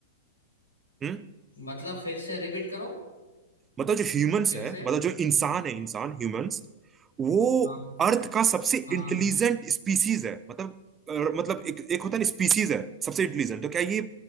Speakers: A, on the right; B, on the left.
A: हम्म
B: मतलब फिर से रिपीट करो
A: मतलब जो ह्यूमंस
B: फिर
A: है
B: से
A: मतलब जो इंसान है इंसान ह्यूमंस वो
B: हाँ
A: अर्थ का सबसे
B: हाँ
A: इंटेलिजेंट स्पीसीज है मतलब अ, मतलब एक एक होता है ना स्पीसीज है सबसे इंटेलिजेंट तो क्या ये